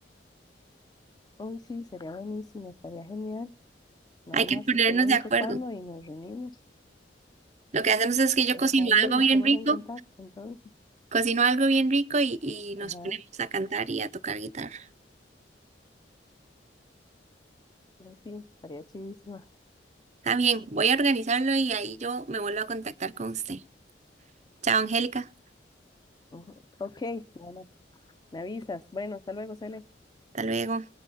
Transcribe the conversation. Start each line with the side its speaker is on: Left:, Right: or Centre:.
Left: Uy, sí, sería buenísimo, estaría genial. Nada
Right: Hay
Left: más
Right: que ponernos
Left: usted me
Right: de acuerdo.
Left: dice cuándo y nos reunimos.
Right: Lo que hacemos es que yo
Left: Está
Right: cocino
Left: bien,
Right: algo bien
Left: estemos
Right: rico,
Left: en contacto entonces.
Right: cocino algo bien rico y, y nos
Left: Ajá,
Right: ponemos a cantar y a tocar guitarra.
Left: sí, sí, estaría chidísima.
Right: Está bien, voy a organizarlo y ahí yo me vuelvo a contactar con usted. Chao, Angélica.
Left: Ujú. Ok, bueno, me avisas. Bueno, hasta luego, Cele.
Right: Hasta luego.